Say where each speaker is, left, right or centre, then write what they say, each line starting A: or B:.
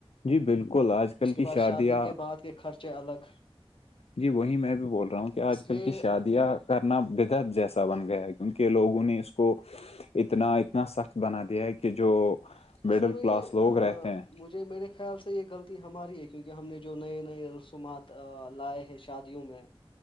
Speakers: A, on the left; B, on the left.
A: جی بالکل آج کل
B: اس
A: کی
B: کے بعد
A: شادیاں
B: شادی کے بعد کے خرچے الگ
A: جی وہی میں بھی بول رہا ہوں کہ آج
B: اس
A: کل
B: لیے
A: کی شادیاں کرنا بدعت جیسا بن گیا ہے کہ کی کے لوگوں نے اس کو اتنا اتنا سخت بنا دیا ہے کہ جو
B: اصل
A: مڈل
B: میں
A: کلاس
B: یہ
A: لوگ رہتے ہیں
B: مجھے میرے خیال سے یہ غلطی ہماری ہے کیونکہ ہم نے جو نئے نئے رسومات لائے ہیں شادیوں میں